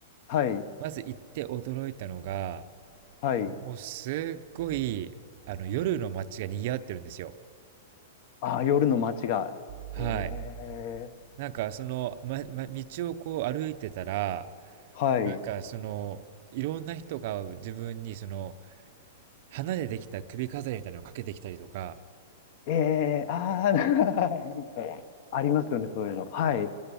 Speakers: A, on the left; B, on the right.
A: はい、
B: まず行って驚いたのが、
A: はい。
B: もうすっごい、あの、夜の街が賑わってるんですよ。
A: ああ、夜の街が。
B: はい。
A: ええ
B: なんかその、ま、ま、道をこう歩いてたら、
A: はい。
B: なんかその、いろんな人が自分にその、花でできた首飾りみたいなのをかけてきたりとか、
A: ええああ、<laughs> なんか、ありますよね、そういうの。はい。